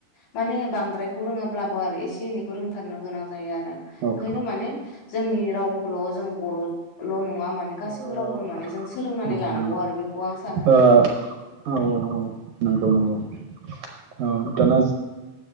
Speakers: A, on the left; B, on the right.
A: माने बांद्रायखौ रोङाब्लाबो आरो एसे एनैखौ रों फथारनो गोनां जायो आरो ओंखायनो
B: औ
A: माने जोंनि रावखौल' जों बर'ल' नङा <unintelligible> मे
B: औ
A: गासिबो रावखौनो
B: ओ
A: माने जों सोलोंनानै
B: उम
A: लानांगौ
B: हो
A: आरो बेखौ आं सानो।
B: ओ औ औ औ नंगौ नंगौ
A: औ
B: औ दाना